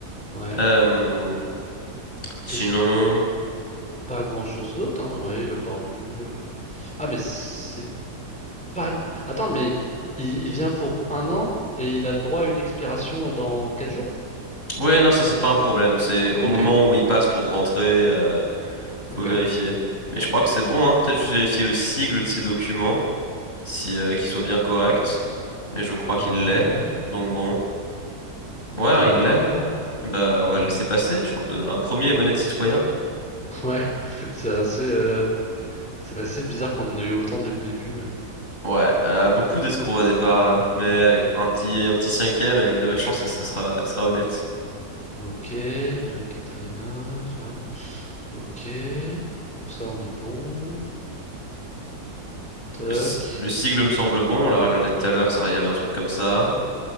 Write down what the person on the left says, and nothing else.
Euh, sinon,
ouais, non, ça c'est pas un problème. C'est au
moment où il passe pour rentrer, euh,
faut vérifier. Mais je crois que c'est bon, hein. Peut-être juste vérifier le sigle de ses documents, si euh, qu'il soit bien correct. Mais je crois qu'il
l'est. Donc bon, ouais, hein,
il
l'est.
Bah, on va
le laisser passer. Je crois que un premier honnête citoyen.
Ouais, euh, beaucoup d'escrocs au départ là. Mais allez, un petit, un petit cinquième et avec de la chance, ça, ça sera, ça sera honnête.
Le, si- le sigle me semble bon. On l'a regardé tout à l'heure, ça, il y avait un truc comme ça.